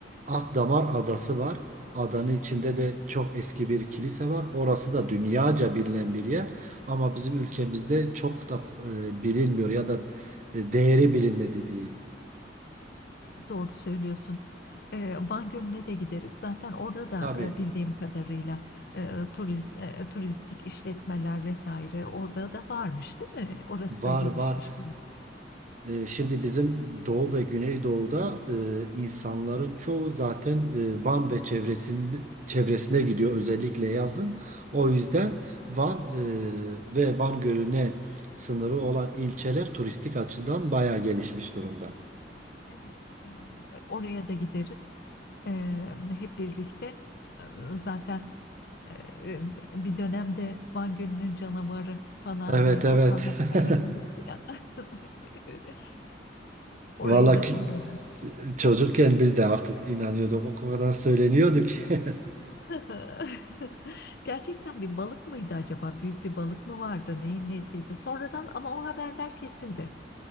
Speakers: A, on the right; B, on the left.
A: Akdamar Adası var. Adanın içinde de çok eski bir kilise var. Orası da dünyaca bilinen bir yer. Ama bizim
B: evet.
A: ülkemizde çok da e, bilinmiyor ya da e, değeri bilinmedi diyeyim.
B: Doğru söylüyorsun. E, Van Gölü'ne de gideriz. Zaten orada da
A: Tabii
B: e, bildiğim kadarıyla e, turiz, e, turistik işletmeler vesaire orada da varmış, değil mi? Orası
A: var
B: da gelişmiş.
A: var. E, Şimdi bizim Doğu ve Güneydoğu'da e, insanların çoğu zaten e, Van ve çevresinde, çevresine gidiyor özellikle yazın. O yüzden
B: Evet,
A: Van e, ve Van Gölü'ne sınırı olan ilçeler turistik açıdan bayağı gelişmiş durumda.
B: evet. E, oraya da gideriz. E, hep birlikte. E, Zaten e, bir dönemde Van Gölü'nün canavarı falan
A: Evet
B: diye çok
A: evet.
B: haberler
A: <laughs>
B: oldu ya. <laughs> Evet. Orayı
A: Vallahi
B: da
A: ki-
B: çok merak
A: çocukken biz de artık inanıyorduk o kadar söyleniyordu ki. <laughs>
B: <laughs> Gerçekten bir balık mıydı acaba? Büyük bir balık mı vardı? Neyin nesiydi? Sonradan ama o haberler kesildi.